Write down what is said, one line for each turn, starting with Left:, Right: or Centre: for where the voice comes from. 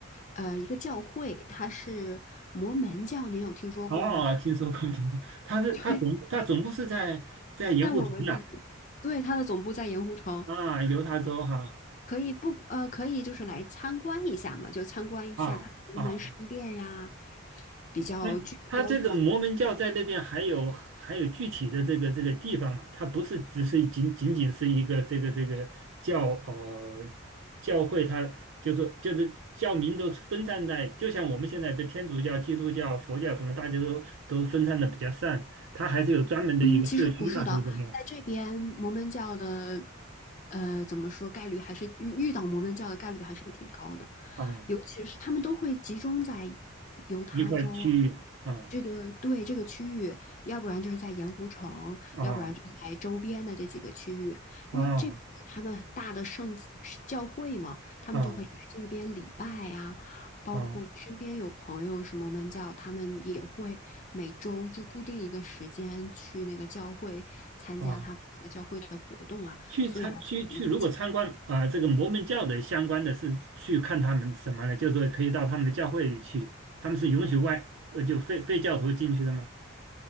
Left: 呃，一个教会，它是摩门教，您有听说过吗？
Right: 哦，哦哦听说过，听说过，他是他总他总部是在在盐湖城呐，
Left: <laughs> 对，在我们这里，对，它的总部在盐湖城。
Right: 啊，犹他州哈，
Left: 可以不呃，可以就是来参观一下嘛，就参观一下它的龙门石殿呀，
Right: 啊啊，
Left: 比较具有标志性。
Right: 那他这个摩门教在那边还有还有具体的这个这个地方嘛？它不是只是仅仅仅是一个这个这个教呃教会它，就是就是教民都分散在，就像我们现在的天主教、基督教、佛教什么，大家都都分散的比较散，它还是有专门的一个社区嘛，
Left: 嗯，其实不是的，
Right: 还是怎么样？
Left: 在这边摩门教的，呃，怎么说概率还是遇到摩门教的概率还是挺高的。
Right: 啊
Left: 尤其是他们都会集中在犹他州啊，
Right: 一块儿去啊
Left: 这个对这个区域，要不然就是在盐湖城，
Right: 啊
Left: 要不然就在周边的这几个区域，因为这边有他们大的圣
Right: 啊
Left: 教会嘛，他们就会来这边礼拜啊。
Right: 啊
Left: 包括我身边有朋友什么门教，
Right: 啊
Left: 他们也会每周就固定一个时间去那个教会参加他们那个教会的活动啊，
Right: 啊，去参去去，
Left: 所以还是挺聚
Right: 如果参观啊这个摩门教的相关的是去看他们什么呢？就是说可以到他们的教会里去，他们是允许外呃就非非教徒进去的吗？